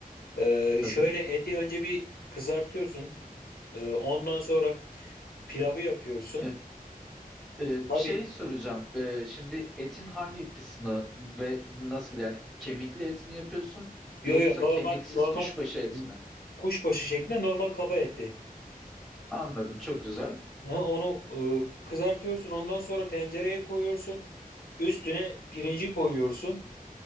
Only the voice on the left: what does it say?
Ee,
şöyle eti önce bir kızartıyorsun. Ee, ondan sonra pilavı yapıyorsun.
Tabii
yo
yo normal
normal
kuşbaşı şeklinde normal kaba eti.
Ha, onu e, kızartıyorsun. Ondan sonra tencereye koyuyorsun. Üstüne pirinci koyuyorsun.